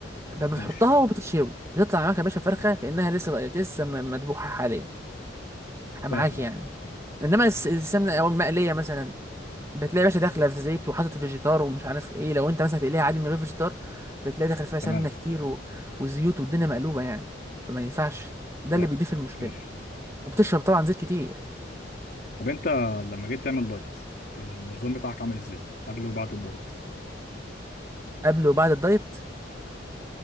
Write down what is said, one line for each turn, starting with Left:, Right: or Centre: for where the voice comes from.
Right: بتحطها
Left: ماشي
Right: وبتتشوي بتطلع معاك يا باشا فرخه كانها لسه لسه م- مذبوحه حاليا معاك
Left: فاهم
Right: يعني
Left: اه
Right: انما الس- السمنه او المقليه مثلا بتلاقي باشا داخله في زيت وحاطط فيجيتار ومش عارف ايه لو انت مثلا هتقليها عادي من غير فيجيتار بتلاقي داخل فيها سمنه
Left: تمام
Right: كتير و... وزيوت والدنيا مقلوبه يعني فما ينفعش ده
Left: فاهم
Right: اللي بيضيف المشكله
Left: ماشي
Right: وبتشرب طبعا زيت كتير
Left: طب انت لما جيت تعمل دايت كان النظام بتاعك عامل ازاي قبل وبعد الدايت
Right: قبل وبعد الدايت